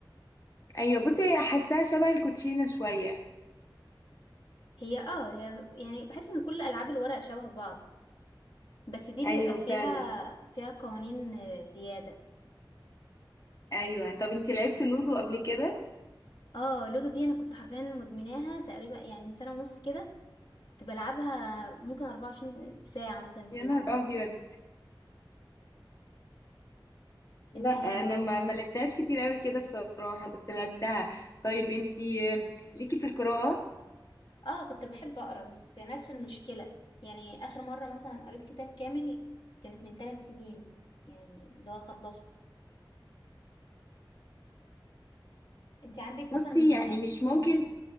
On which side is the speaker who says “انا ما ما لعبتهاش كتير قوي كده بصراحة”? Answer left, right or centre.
Left